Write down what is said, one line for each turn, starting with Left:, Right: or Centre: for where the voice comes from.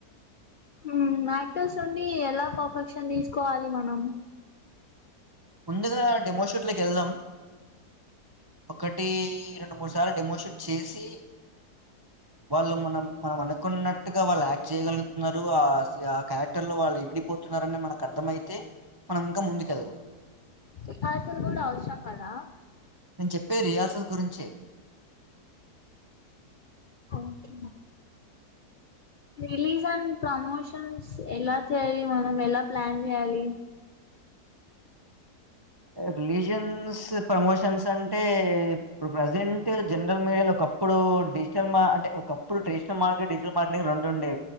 Left: మ్ మ్ యాక్టర్స్ నుండి ఎలా పర్ఫెక్షన్ తీసుకోవాలి మనం
Right: ముందుగా డెమోషూట్ లోకి వెళ్దాం ఒకటి రెండు మూడు సార్లు డెమోషూట్ చేసి వాళ్ళు మనం మనం అనుకున్నట్టుగా వాళ్ళు యాక్ట్ చేయగలుగుతున్నారు ఆ ఆ క్యారెక్టర్ లో వాళ్ళు ఇమిడిపోతు న్నారని మనకు అర్థమైతే మనం ఇంకా ముందుకెళ్దాం
Left: సిఫార్సు లు కూడా అవసరం గదా
Right: నేను చెప్పేది రిహార్సల్స్ గురించే.
Left: ఓకే రిలీజ్ అండ్ ప్రమోషన్స్ ఎలా చేయాలి మనం ఎలా ప్లాన్ చేయాలి
Right: రిలీజియన్స్ ప్రమోషన్స్ అంటే ఇప్పుడు ప్రజెంట్ జనరల్ మీడియాలో ఒకప్ ప్పుడు డిజిటల్ మ అంటే ఒకప్పుడు టెషనల్ార్కెట్ డిజటల్ మార్కెటింగ్ రెండుండే